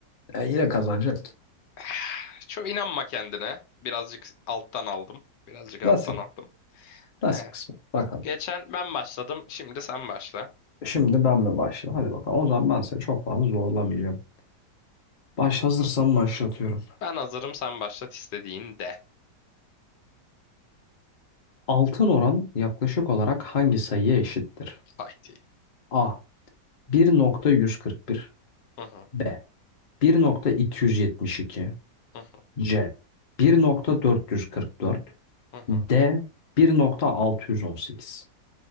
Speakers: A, on the left; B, on the left.
A: Ya yine kazanacak.
B: <sighs> çok inanma kendine. Birazcık alttan aldım. Birazcık alttan
A: Nasip,
B: aldım.
A: nasip
B: He.
A: kısmı. Bakalım.
B: Geçen ben başladım. Şimdi sen başla.
A: Şimdi ben mi başlayayım? Hadi bakalım. O zaman ben seni çok fazla zorlamayacağım. Baş hazırsam başlatıyorum.
B: Ben hazırım sen başlat istediğinde.
A: Altın oran yaklaşık olarak hangi sayıya eşittir?
B: Haydi.
A: A. 1.141
B: Hı hı.
A: B. 1.272
B: Hı hı.
A: C 1.444
B: Hı hı.
A: D 1.618